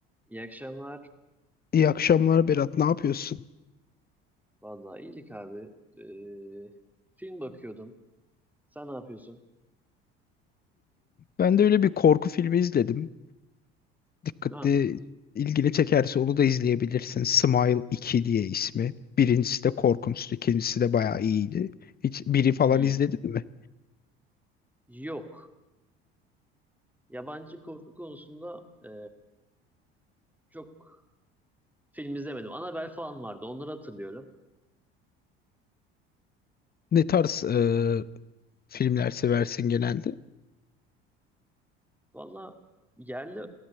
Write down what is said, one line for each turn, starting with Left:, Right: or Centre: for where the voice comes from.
Centre: İyi akşamlar.
Left: İyi akşamlar Berat, ne yapıyorsun?
Centre: Vallahi iyilik abi. Ee, film bakıyordum. Sen ne yapıyorsun?
Left: Ben de öyle bir korku filmi izledim. Dikkatli,
Centre: Ha.
Left: ilgini çekerse onu da izleyebilirsin. Smile 2 diye ismi. Birincisi de korkunçtu, ikincisi de bayağı iyiydi. Hiç biri falan
Centre: hmm,
Left: izledin mi?
Centre: Yok. Yabancı korku konusunda ee, çok film izlemedim. Annabelle falan vardı. Onları hatırlıyorum.
Left: Ne tarz e, filmler seversin genelde?
Centre: Vallahi yerli